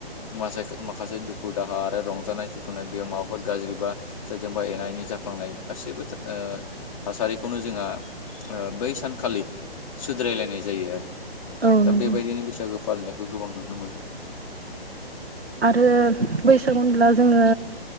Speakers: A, on the left; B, on the right.
A: माखसे माखासे दुखु दाहा आरो रंजानाय सुखुनाय बेयाव माबाफोर गाज्रिबा सोरजोंबा एना एनि जाफ्लांनाय गासैबो था ओ थासारिखौनो जोंहा ओ बै सानखालि सुद्रायलायनाय जायो आरो।
B: औ
A: दा
B: नंगौ
A: बेबायदिनो बैसागु फालिनाय खौ गोबां नुनो मोनो।
B: आरो बैसागु ब्ला जोङो